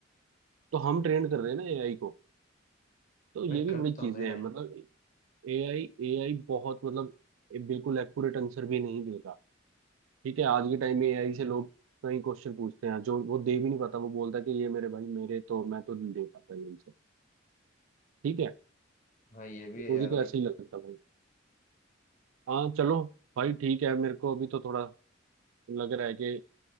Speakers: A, on the right; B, on the left.
A: तो हम ट्रेंड कर रहे हैं ना एआई को तो ये
B: भाई
A: भी
B: कर
A: बड़ी
B: तो
A: चीजें
B: मेरे
A: हैं मतलब एआई एआई बहुत मतलब बिल्कुल एक्यूरेट आंसर भी नहीं देगा ठीक है आज के टाइम में एआई से लोग कई क्वेश्चन पूछते हैं जो वो दे भी नहीं पाता वो बोलता है कि ये मेरे भाई मेरे तो मैं तो नहीं दे पाता ये आंसर ठीक है
B: हाँ ये भी है
A: मुझे
B: यार
A: तो
B: भाई
A: ऐसे ही लगता है भाई हाँ चलो भाई ठीक है मेरे को अभी तो थोड़ा लग रहा है कि